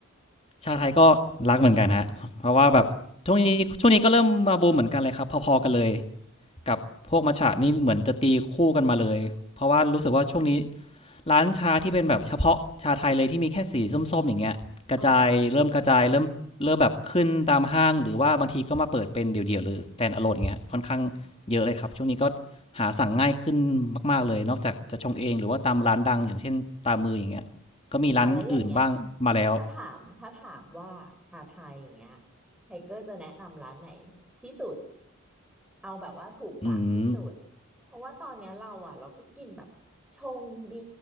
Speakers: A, on the left; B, in the centre.
A: ชาไทยก็รักเหมือนกันฮะเพราะว่าแบบช่วงนี้ช่วงนี้ก็เริ่มมาบูมเหมือนกันเลยครับพอๆกันเลยกับพวกมัตาะนี่เหมือนจะตีคู่กันมาเลยเพราะว่ารู้สึกว่าช่วงนี้ ร้านชาที่เป็นแบบเฉพาะชาไทยเลยที่มีแค่สีส้มๆอย่างเงี้ยกระจายเริ่มกระจายเริ่มเริ่มแบบขึ้นตามห้างหรือว่าบางทีก็มาเปิดเป็นเดี่ยวๆหรือ
B: อ๋อ
A: stand alone อย่างเงี้ยค่อนข้างเยอะเลยครับช่วงนี้ก็หาสั่งง่ายขึ้นมากๆเลยนอกจากจะชงเองหรือว่าตามร้านดังอย่างเช่นตามมืออย่างเงี้ยก็มีร้านอื่นบ้างมาแล้ว
B: อ่ะแล้วอย่างเงี้ยถ้าถามถ้าถามว่าชาไทยอย่างเงี้ยไทเกอร์จะแนะนำร้านไหนที่สุด เอาแบบว่าถูกปากที่สุด
A: อืม
B: เพราะว่าตอนเนี้ยเราอ่ะเราก็กินแบบชงดี